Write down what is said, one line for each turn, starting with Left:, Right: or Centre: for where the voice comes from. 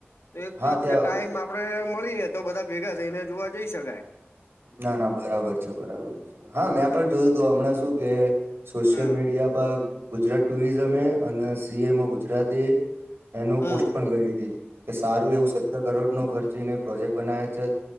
Left: એક
Right: હા
Left: વખતે
Right: ત્યાં
Left: ટાઈમ આ આપણે મળીએ તો બધા ભેગા થઈને જોવા જઈ શકાય
Right: ના ના બરાબર છે બરાબર છે હા મેં
Left: હમ
Right: પણ જોયું તું હમણાં શું કે સોશિયલ
Left: હમ
Right: મીડિયા પર ગુજરાત ટુરિઝમે અન સીએમ ઓ ગુજરાતે એનું
Left: હમ
Right: પોસ્ટ પણ કરીતી કે સારું એવું સત્તર કરોડ નો ખર્ચીને પ્રોજેક્ટ બનાયા છે.